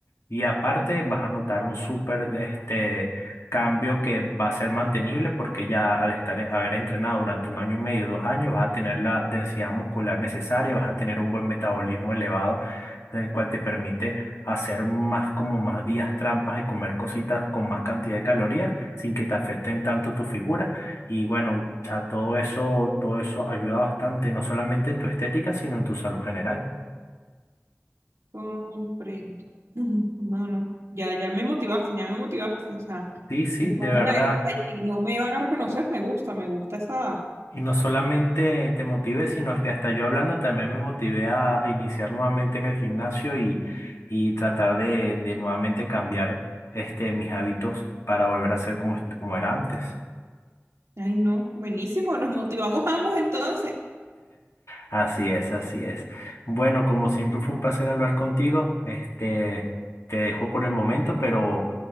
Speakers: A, on the left; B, on the right.
A: Y aparte vas a notar un súper este, cambio que va a ser mantenible porque ya al estar, eh, haber entrenado durante un año y medio, dos años, vas a tener la densidad muscular necesaria, vas a tener un buen metabolismo elevado, el cual te permite hacer más como más días trampas y comer cositas con más cantidad de calorías sin que te afecten tanto tu figura. Y bueno, o sea, todo eso, todo eso ayuda bastante, no solamente en tu estética, sino en tu salud general.
B: comprendo. <laughs> Ujú, No, no. Ya, ya me motivaste, ya me motivaste. O sea,
A: Sí, sí,
B: de que
A: de
B: me
A: verdad.
B: hagan la guerra y no me van a reconocer, me gusta, me gusta esa.
A: Y no solamente te motivé, sino que hasta yo hablando también me motivé a iniciar nuevamente en el gimnasio y, y tratar de, de nuevamente cambiar este, mis hábitos para volver a ser como, est- como era antes.
B: Ay, no, buenísimo, nos motivamos ambos entonces.
A: Así es, así es. Bueno, como siempre fue un placer hablar contigo. Este, te dejo por el momento, pero